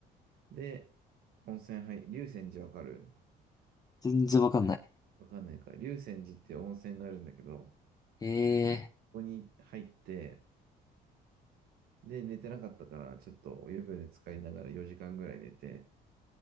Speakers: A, on the right (about 70°); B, on the left (about 20°).
A: で、温泉入、龍泉寺わかる
B: 全然わかんない。
A: わかんないか。龍泉寺って温泉があるんだけど、こ
B: ええ
A: こに入って、で、寝てなかったから、ちょっとお湯船で使いながら4時間ぐらい寝て、